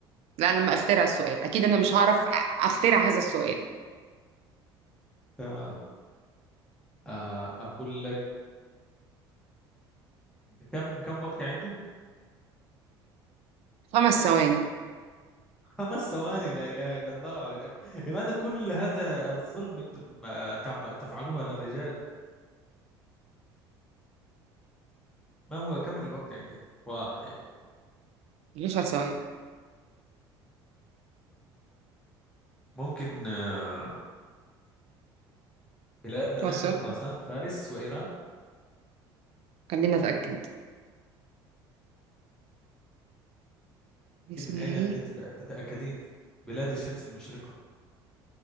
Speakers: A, on the right; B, in the centre.
A: لا لما أخترع السؤال أكيد أنا مش هعرف أ- أخترع هذا السؤال
B: تمام آه، أقول لك كم كم وقت عندي؟
A: خمس ثواني
B: <laughs> خمس ثواني لا إله إلا الله الأك- لماذا كل هذا الظلم أنتم آه، تعم- تفعلوها للرجال؟ ما هو كم الوقت عندي؟ واحد
A: 10 ثواني
B: ممكن آه، بلادنا
A: هو
B: نحن
A: السؤال
B: خراسان فارس وإيران
A: خلينا أتأكد اسمها
B: من أين
A: إيه
B: أنت تت- تتأكدين؟ بلاد الشمس المشرقة